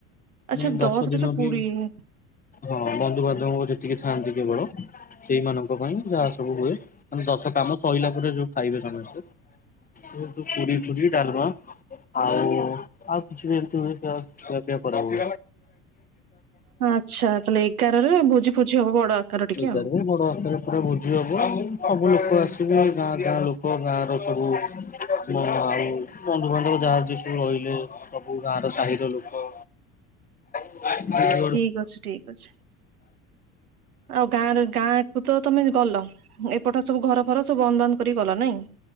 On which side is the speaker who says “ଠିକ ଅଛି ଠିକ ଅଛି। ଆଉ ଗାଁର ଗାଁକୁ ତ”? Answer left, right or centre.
Right